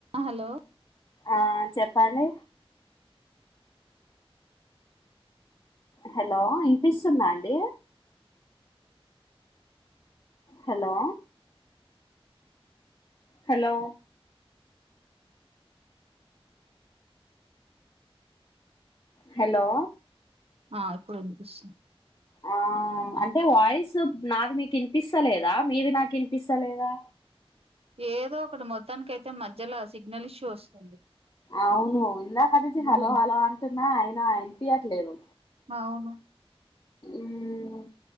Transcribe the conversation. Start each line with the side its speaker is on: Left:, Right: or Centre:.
Right: Hello
Left: ఆ చెప్పండి hello ఇనిపిస్తుందా అండి హలో హలో హలో
Right: ఆ ఇప్పుడు వినిపిస్తుంది
Left: ఆ అంటే వాయిస్ నాకు మీకి ఇనిపిస్తలేదా మీది నాకు వినిపిస్తా లేదా
Right: ఏదో ఒకటి మొత్తానికి అయితే మధ్యల సిగ్నల్ ఇష్యూ వస్తుంది
Left: అవును ఇందాకనుంచి హలో
Right: ఉమ్
Left: హలో అంటున్నా ఆయన ఇనిపియ్యట్లేదు
Right: అవును
Left: మ్మ్.